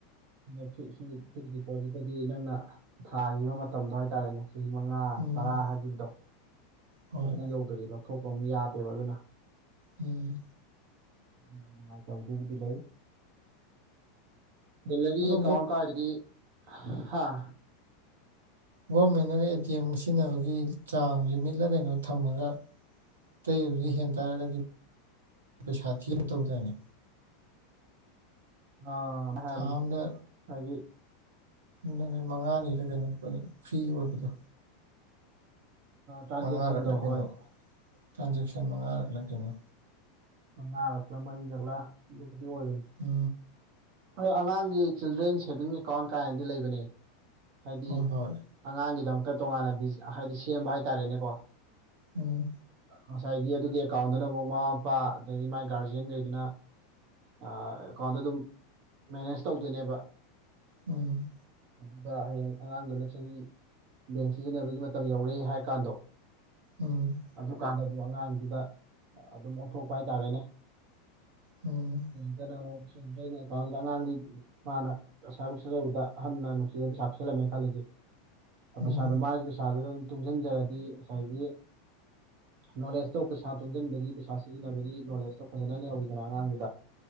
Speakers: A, on the right; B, on the right.
A: ꯑꯗ ꯁꯤꯒꯤ ꯐꯛ ꯗꯤꯄꯣꯖꯤꯠꯇꯗꯤ ꯅꯪꯅ ꯊꯥꯈꯤꯕ ꯃꯇꯝꯗꯣ ꯍꯥꯏꯇꯥꯔꯦꯅꯦ ꯆꯍꯤ ꯃꯉꯥ
B: ꯎꯝ
A: ꯇꯔꯥ ꯍꯥꯏꯈꯤꯕꯗꯣ
B: ꯍꯣꯏ
A: ꯑꯗꯨꯅ ꯌꯧꯗ꯭ꯔꯗꯤ ꯂꯧꯊꯣꯛꯄ ꯑꯃ ꯌꯥꯗꯦꯕ ꯑꯗꯨꯅ
B: ꯎꯝ
A: ꯎ ꯅꯨꯡꯉꯥꯏꯇꯧꯗꯦꯕꯨꯗꯤ ꯂꯩ ꯗꯂꯔꯤ
B: ꯑꯗꯣ
A: ꯑꯦ ꯀꯥꯎ ꯀ ꯍꯥꯏꯗꯤ ꯍꯥꯥ
B: ꯒꯣꯔꯃꯦꯟꯅꯒ ꯑꯦ ꯇꯤ ꯑꯦꯝ ꯁꯤꯖꯤꯟꯅꯕꯒꯤ ꯆꯥꯡ ꯂꯤꯃꯤꯠꯂ ꯀꯩꯅꯣ ꯊꯝꯃꯒ ꯑꯇꯩ ꯑꯗꯨꯗ ꯍꯦꯟ ꯇꯥꯔꯒꯗꯤ ꯄꯩꯁꯥ ꯊꯤ ꯑꯃ ꯇꯧꯗꯣꯏꯅꯦ
A: ꯑ ꯍꯥꯏꯕ
B: ꯊꯥ ꯑꯝꯗ
A: ꯍꯥꯏꯒꯤ
B: ꯅꯨꯃꯤꯠ ꯃꯉꯥꯅꯤꯗ ꯀꯩꯅꯣ ꯐ꯭ꯔꯤ ꯑꯣꯏꯕꯗꯣ
A: ꯇ꯭ꯔꯥꯟꯖꯦꯛꯁꯟꯗꯣ
B: ꯃꯉꯥꯔꯛꯂ ꯀꯅꯣ
A: ꯍꯣꯏ
B: ꯇ꯭ꯔꯥꯟꯖꯦꯛꯁꯟ ꯃꯉꯥꯔꯛꯂ ꯀꯅꯣ
A: ꯃꯉꯥꯔꯛꯂꯥ ꯃꯔꯤꯔꯛꯂ ꯑꯗꯨꯕꯨꯗꯤ ꯑꯣꯏꯕꯅꯤ
B: ꯎ
A: ꯑꯩ ꯑꯉꯥꯡꯒꯤ ꯆꯤꯜꯗ꯭ꯔꯦꯟ ꯁꯦꯚꯤꯡ ꯑꯦꯀꯥꯎꯟ ꯀꯥꯏꯅꯗꯤ ꯂꯩꯕꯅꯦ ꯍꯥꯏꯗꯤ
B: ꯍꯣꯏ ꯍꯣꯏ
A: ꯑꯉꯥꯡꯒꯤꯗꯃꯛꯇ ꯇꯣꯉꯥꯟꯅꯗꯤ ꯍꯥꯏꯗꯤ ꯁꯦꯝꯕ ꯍꯥꯏꯇꯥꯔꯦꯅꯦꯀꯣ
B: ꯑꯣꯝ
A: ꯉꯁꯥꯏꯒꯤ ꯑꯗꯨꯒꯤ ꯑꯦꯀꯥꯎꯟꯗꯨꯅ ꯑꯃꯨꯛ ꯃꯃꯥ ꯃꯄꯥ ꯑꯗꯩꯗꯒꯤ ꯃꯥꯏ ꯒꯥꯔꯖꯤꯌꯥꯟꯈꯩꯗꯨꯅ ꯑ ꯀꯅ ꯑꯗꯨꯝ ꯃꯦꯅꯦꯖ ꯇꯧꯗꯣꯏꯅꯦꯕ
B: ꯎꯝ
A: ꯑꯗꯨꯒ ꯍꯌꯦꯡ ꯑꯉꯥꯡꯗꯨꯅ ꯆꯍꯤ ꯕꯦꯡ ꯁꯤꯖꯤꯟꯅꯕꯒꯤ ꯃꯇꯝ ꯌꯧꯔꯑꯦ ꯍꯥꯏꯔ ꯀꯥꯟꯗꯣ
B: ꯎꯝ
A: ꯑꯗꯨꯀꯥꯟꯗ ꯑꯗꯨꯝ ꯑꯉꯥꯡꯗꯨꯗ ꯑꯗꯨꯝ ꯑꯣꯟꯊꯣꯛꯄ ꯍꯥꯏꯇꯥꯔꯦꯅꯦ
B: ꯎꯝ
A: ꯆꯅ ꯆ ꯀꯜꯗꯉ ꯃꯥꯅ ꯉꯁꯥꯏꯕꯨꯁꯤ ꯂꯩꯕꯗ ꯍꯟꯅ ꯅꯨꯡꯁꯤ ꯆꯞꯁꯤꯜꯂꯝꯃꯦꯅ ꯈꯜꯂꯁꯦ ꯑ ꯄꯩꯁꯥꯗꯣ
B: ꯎꯝ
A: ꯃꯥꯒꯤ ꯄꯩꯁꯥꯗꯨꯗ ꯑꯗꯨꯝ ꯇꯨꯡꯁꯤꯟꯖꯔꯗꯤ ꯉꯁꯥꯏꯒꯤ ꯅꯣꯂꯦꯖꯇꯣ ꯄꯩꯁꯥ ꯇꯨꯡꯁꯤꯟꯕꯒꯤ ꯄꯩꯁꯥ ꯁꯤꯖꯤꯟꯅꯕꯒꯤ ꯅꯣꯂꯦꯖꯇꯣ ꯐꯖꯅ ꯂꯩꯍꯧꯏꯗꯅ ꯑꯉꯥꯡꯗꯨꯗ